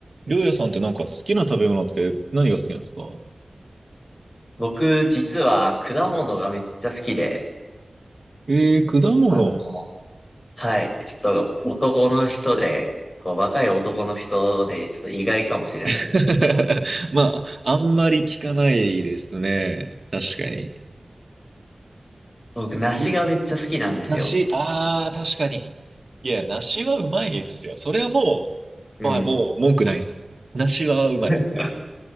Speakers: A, on the right (about 55°); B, on the left (about 35°).
A: りょうやさんってなんか好きな食べ物って何が好きなんですか
B: 僕、実は果物がめっちゃ好きで、
A: えー、果物。
B: あの、はい、ちょっと男の人で、こう、若い男の人で、ちょっと意外かもしれないんですけど、
A: <laughs> まあ、あんまり聞かないですね。確かに。
B: 僕、梨がめっちゃ好きなんですよ。
A: うん梨、ああ、確かに。いや、梨はうまいですよ。それはも
B: うん。
A: う、はい、もう文句ないです。梨はうまい。
B: <laughs>